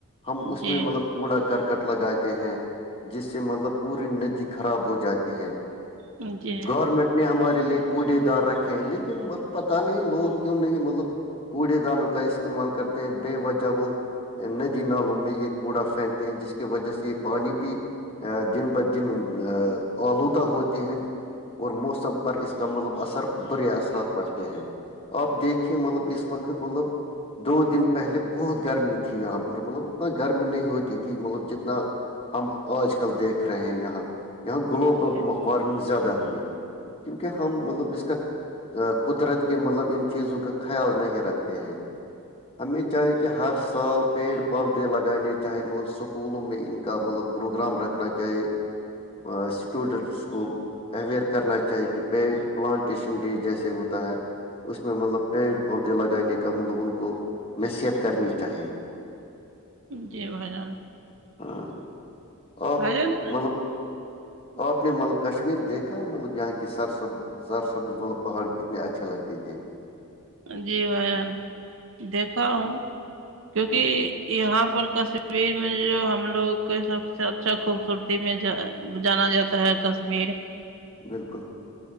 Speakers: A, on the left (about 25°); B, on the right (about 60°).
A: ہم اس
B: جی
A: میں مطلب کوڑا کرکٹ لگاتے ہیں جس سے مطلب پوری ندی خراب ہو جاتی ہیں
B: جی
A: گورنمنٹ نے ہمارے لیے کوڑے دار رکھے ہیں لیکن پتہ نہیں لوگ کیوں نہیں مطلب کوڑے دانوں کا استعمال کرتے ہیں بے وجہ وہ ندی نالوں میں یہ کوڑا پھینکتے ہیں جس کی وجہ سے یہ پانی بھی دن بہ دن آلودہ ہوتے ہیں اور مفت پر اس کا مطلب اثر برے اثرات پڑتے ہیں آپ دیکھیے مطلب اس وقت مطلب دو دن پہلے بہت گرمی تھی یہاں پر مطلب اتنا گرمی نہیں ہوتی تھی مطلب جتنا ہم آج کل دیکھ رہے ہیں یہاں یہاں گلوبل
B: جی
A: وارمنگ زیادہ ہوئی کیونکہ ہم مطلب اس کا قدرت کے مطلب ان چیزوں کا خیال نہیں رکھتے ہیں ہمیں چاہے کہ ہر سال پیڑ پودے لگانے چاہے مطلب سکولوں میں ان کا مطلب پروگرام رکھنا چاہے اسٹوڈنٹس کو اوئیر کرنا چاہے کہ پے پلانٹیشن ڈے جیسے ہوتا ہے اس میں مطلب پیڑ پودے لگانے کا مطلب ان کو نصیحت کرنی چاہیے <inaudible>
B: جی بھائی جان
A: ہاں آپ
B: بھائی جان
A: مطلب آپ نے ملب کشمیر دیکھ مطلب یہاں کی سرسب سرسب مطلب پہاڑ کتنے اچھے لگتے تھے
B: جی بھائی جان دیکھا ہوں کیونکہ
A: ہاں
B: یہاں پر کش کشمیر میں جو ہم لوگ کے سب سے اچھا خوبصورتی میں ج جانا جاتا ہے کشمیر
A: بالکل